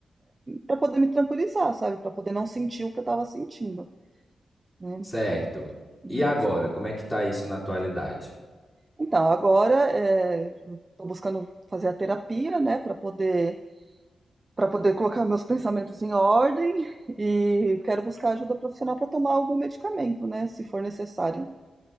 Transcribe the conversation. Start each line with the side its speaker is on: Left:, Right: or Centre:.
Right: para poder me tranquilizar, sabe, para poder não sentir o que eu estava sentindo, né?
Left: Certo.
Right: E
Left: E agora,
Right: isso-
Left: como é que tá isso na atualidade?
Right: Então agora é, eu estou buscando fazer a terapia, né, para poder para poder colocar meus pensamentos em ordem e quero buscar ajuda profissional para tomar algum medicamento, né, se for necessário.